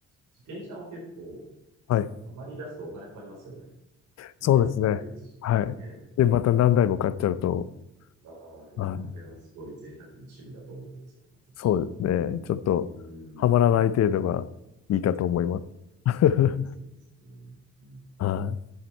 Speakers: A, on the right (about 80°); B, on the left (about 60°).
A: 自転車も結構、
B: はい。
A: あまり出すとお金かかりますよね。
B: そうですね。
A: いいやつ高いですし。ねえ。
B: はい。で、また何台も買っちゃうと、
A: ああ、いや、
B: はい。
A: あれはすごい贅沢な趣味だと思うんですから私。
B: そうですね。
A: う
B: ちょっと、
A: ーん、
B: はまらない程度がいいかと思います。<laughs>
A: そうですね。うん
B: はい。